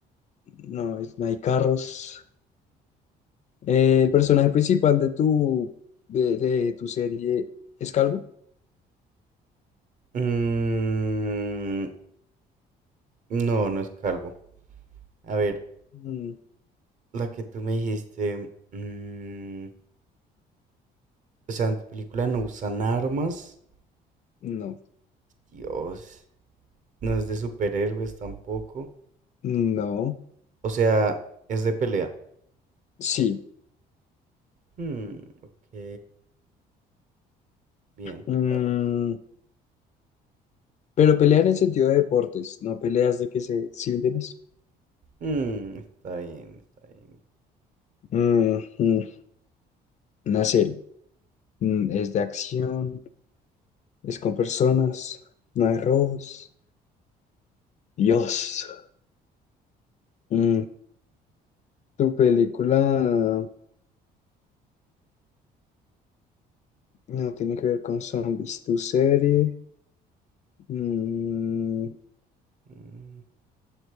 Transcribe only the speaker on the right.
Mm, no, no es calvo. A ver,
la que tú me dijiste, mm, o sea, en tu película no usan armas.
Dios, no es de superhéroes tampoco.
O sea, es de pelea.
Hmm, ok. Bien,
dale.
Mm, está bien, está bien.
Mm,